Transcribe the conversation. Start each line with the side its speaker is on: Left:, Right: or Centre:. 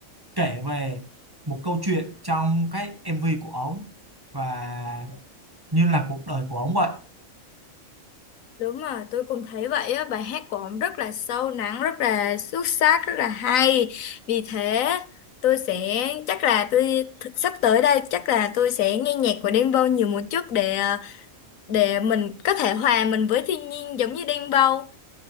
Right: kể về một câu chuyện trong cái MV của ống và như là cuộc đời của ống vậy
Left: Đúng rồi, tôi cũng thấy vậy á, bài hát của ông rất là sâu lắng, rất là xuất sắc, rất là hay. Vì thế, tôi sẽ chắc là tôi sắp tới đây chắc là tôi sẽ nghe nhạc của Đen Vâu nhiều một chút để ờ, để mình có thể hòa mình với thiên nhiên giống như Đen Vâu.